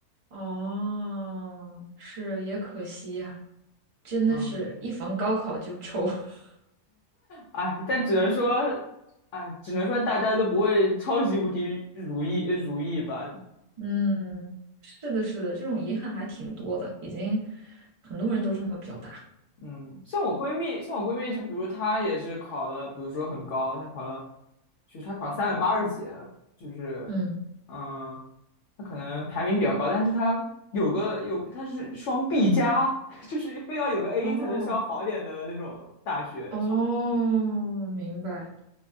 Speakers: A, on the right; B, on the left.
A: 哦，是也可惜呀、真的是一逢高考就抽。
B: 嗯，
A: <laughs>
B: 哎，但只能说，哎，只能说大家都不会超级无敌如意呃如意吧。
A: 嗯，是的，是的，这种遗憾还挺多的，已经很多人都这么表达。
B: 嗯，像我闺蜜，像我闺蜜，就比如她也是考了，比如说很高，她考了，就是她考三百八十几，就是，
A: 嗯，
B: 嗯，她可能排名比较高，但是她有个有，她是双 B 加，<laughs> 就是非要有个 A
A: 哦，
B: 才能上好点的那种大学，
A: 哦，
B: 上好，
A: 明白，